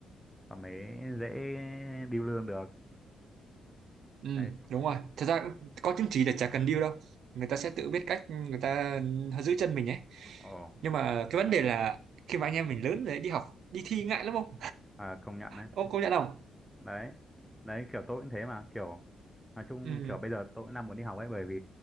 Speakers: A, in the centre; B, on the right (about 75°).
A: và mới dễ điêu lương được.
B: Ừ,
A: Đấy.
B: đúng rồi. Thật ra cũng có chứng chỉ là chả cần deal đâu. Người ta sẽ tự biết cách người ta giữ chân mình ấy.
A: Ồ,
B: Nhưng mà cái vấn đề là khi mà anh em mình lớn rồi đi học, đi thi ngại lắm không?
A: à, công nhận đấy.
B: Ông công nhận không?
A: Đấy. Đấy kiểu tôi cũng thế mà, kiểu nói chung
B: Ừ,
A: kiểu bây giờ tôi cũng đang muốn đi học ấy bởi vì